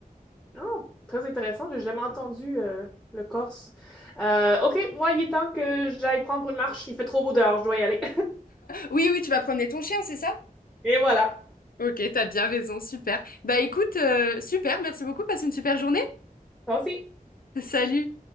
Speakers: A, in the centre; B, on the left.
A: Oh, très intéressant. J'ai jamais entendu euh, le corse. Euh, OK, moi, il est temps que j'aille prendre une marche. Il fait trop beau dehors, je dois y aller.
B: Oui, oui, tu vas promener ton chien, c'est ça?
A: <laughs> Et voilà.
B: Ok, t'as bien raison, super. Bah écoute, euh, super, merci beaucoup, passe une super journée.
A: Toi aussi.
B: <laughs> Salut!